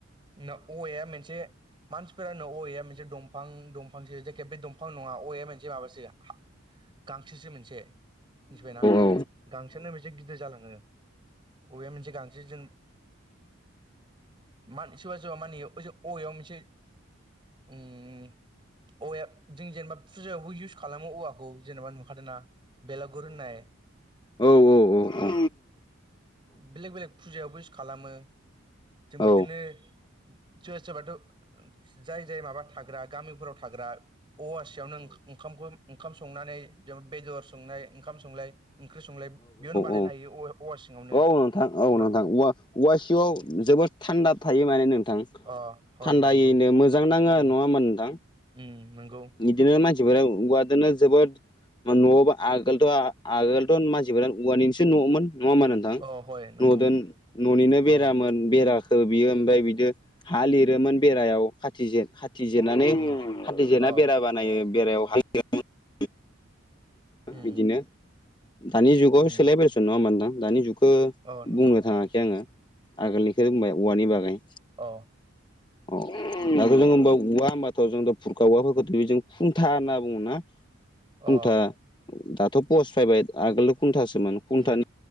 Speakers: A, on the right; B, on the left.
A: न औवाया मोनसे मानसिफोरानो औवाया मोनसे दंफां दंफां ओबे दंफां नङा अे मोनसे माबासो गांसोसो मोनसे मिथिबायना
B: औ
A: गांसोआनो मोनसे गिदिर जालाङो। औवाया मोनसे गांसो जो मा सोरबा सोरबा माने ओजो औवाया मोनसे ओम औवाया जों जेनेबा फुजायावबो इउस खालामो औवाखौ जेनेबा नुखादों ना बेलागुर होननाय
B: औ औ औ औ
A: बेलेक बेलेग फुजायावबो इउस खालामो
B: औ
A: जों बिदिनो सोरबा सोरबाथ' जाय जाय माबा थाग्रा गामिफोराव थाग्रा औवासियावनोओं ओंखाम संनानै जेनबा बेदर संनाय ओंखाम संनाय ओंख्रि संलाय बेयावनो बानायनो
B: औ
A: हायो औवा औवा सिङावनो
B: औ नोंथां औ
A: न
B: नोंथां औंधा औवासिव जोबोद थान्दा थायो माने नोंथां।
A: अ हय
B: थान्दायैनो
A: नंगौ
B: मोजां नांङो
A: उम
B: नङा होमबा नोंथां।
A: उम नंगौ
B: बिदिनो मानसिफोरा उवादोनो जोबोद न'आवाबा आगोलथ' आगोलथ' मानसिफोरानो औवानिसो न'मोन नङा होमबा नो नोंथां
A: अ हय नंगौ
B: नदों न'निनो बेरामोन
A: औ
B: बेरा बियो ओमफ्राय बिदि हा लिरोमोन बेरायाव खाथि जिर खा खाथि जिरनानै
A: उम
B: खाथि जिना
A: अ
B: बेरा बानायो बेरायाव हा लिरो
A: उम
B: बिदिनो दानि जुगाव
A: उम
B: सोलायबायसन नङा होमबा नोंथां दानि जुग खो
A: अ नंगौ
B: बुंनो थाङाखै आंङो आगोलनिखो बुंबाय औवानि बागै
A: अ
B: औ दाथ' जों होनबा औवा होनबाथ' जों फुरखा औवाफोरखौ बेजों खुुंथा होनना बुङो ना खुंथा
A: अ
B: दाथ' पस फैबाय आगोल खुन्थासोमोन खुन्था
A: उम